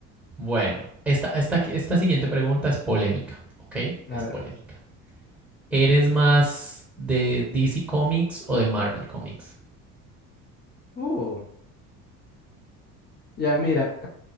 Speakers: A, in the centre; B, on the left.
A: Bueno, esta, esta, esta siguiente pregunta es polémica, ¿ok?
B: A
A: Es
B: ver.
A: polémica. ¿Eres más de DC Comics o de Marvel Comics?
B: Uh, ya mira,